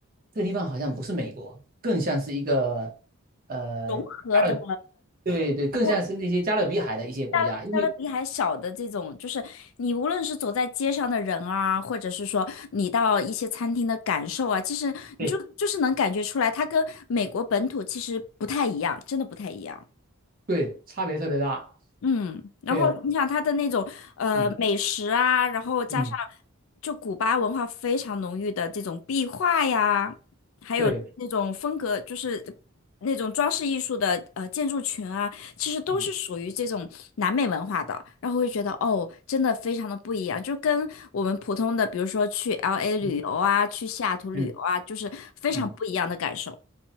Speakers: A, on the right; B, on the left.
A: 这个地方好像不是美国，更像是一个呃。
B: 融合的，
A: 加勒。对对，更像是那些加勒比海的一些国家，
B: 如果加勒加勒比海小的这种，
A: 因为
B: 就是你无论是走在街上的人啊，或者是说你到一些餐厅的感受啊，其实你就就是能感觉出来，
A: 对
B: 它跟美国本土其实不太一样，真的不太一样。
A: 对，差别特别大。
B: 嗯，然后你想它的那种呃美食啊，
A: 对，嗯
B: 然后加上
A: 嗯，
B: 就古巴文化非常浓郁的这种壁画呀，还有那种风格，
A: 对，
B: 就是那种装饰艺术的呃建筑群啊，其实都是属于这种南美文化的，
A: 嗯
B: 然后会觉得哦，真的非常的不一样，就跟我们普通的，比如说去 LA 旅游啊，
A: 嗯
B: 去西雅图旅游啊，
A: 嗯
B: 就是非常不一样的感受。
A: 嗯，